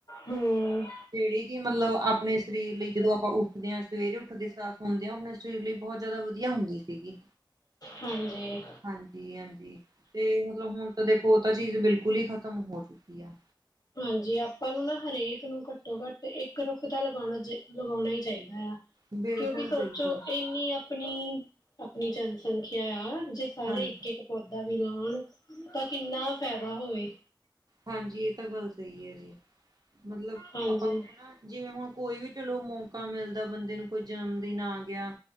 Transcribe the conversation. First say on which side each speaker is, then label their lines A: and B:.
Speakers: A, on the left; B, on the right.
A: ਹੂੰ
B: ਜਿਹੜੀ ਕਿ ਮਤਲਬ ਆਪਣੇ ਸਰੀਰ ਲਈ ਜਦੋਂ ਆਪਾਂ ਉੱਠਦੇ ਹਾਂ ਸਵੇਰੇ ਉੱਠਦੇ ਸਾ ਸੁਣਦੇ ਹਾਂ ਆਪਣੇ ਸਰੀਰ ਲਈ ਬਹੁਤ ਜ਼ਿਆਦਾ ਵਧੀਆ ਹੁੰਦੀ ਸੀਗੀ
A: ਹਾਂਜੀ
B: ਹਾਂਜੀ ਹਾਂਜੀ ਤੇ ਮਤਲਬ ਹੁਣ ਤਾਂ ਦੇਖੋ ਉਹ ਤਾਂ ਚੀਜ਼ ਬਿਲਕੁਲ ਹੀ ਖਤਮ ਹੋ ਚੁੱਕੀ ਆ
A: ਹਾਂਜੀ ਆਪਾਂ ਨੂੰ ਨਾ ਹਰੇਕ ਨੂੰ ਘੱਟੋ ਘੱਟ ਇੱਕ ਰੁੱਖ ਤਾਂ ਲਗਾਉਣਾ ਲਗਾਉਣਾ ਹੀ ਚਾਹੀਦਾ ਆ
B: ਬਿਲਕੁਲ
A: ਕਿਉਂਕਿ ਸੋਚੋ
B: ਬਿਲਕੁਲ
A: ਇੰਨੀ ਆਪਣੀ ਆਪਣੀ ਜਨਸੰਖਿਆ ਆ ਜੇ ਸਾਰੇ
B: ਹਾਂਜੀ
A: ਇੱਕ ਇੱਕ ਪੌਦਾ ਲਉਣ ਤਾਂ ਕਿੰਨਾ ਫਾਇਦਾ ਹੋਵੇ
B: ਹਾਂਜੀ ਤਾਂ ਗੱਲ ਸਹੀ ਹੈ ਜੀ ਮਤਲਬ
A: ਹਾਂਜੀ
B: ਆਪਾਂ ਨੂੰ ਨ ਨਾ ਜਿਵੇਂ ਹੁਣ ਕੋਈ ਵੀ ਚਲੋ ਮੌਕਾ ਮਿਲਦਾ ਬੰਦੇ ਨੂੰ ਕੋਈ ਜਨਮਦਨ ਆ ਗਿਆ